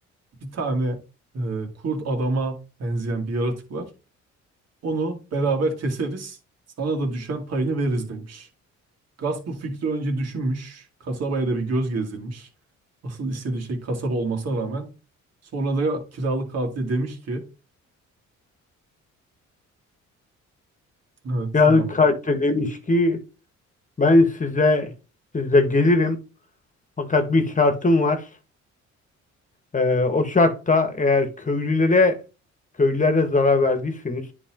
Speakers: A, on the right; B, on the left.
A: bir tane e, kurt adama benzeyen bir yaratık var. Onu beraber keseriz. Sana da düşen payını veririz demiş. Gus bu fikri önce düşünmüş. Kasabaya da bir göz gezdirmiş. Asıl istediği şey kasaba olmasına rağmen. Sonra da kiralık katile demiş ki... Evet,
B: Yani
A: Sinan.
B: kalpte demiş ki ben size size gelirim fakat bir şartım var. Ee, o şartta eğer köylülere köylülere zarar verdiyseniz,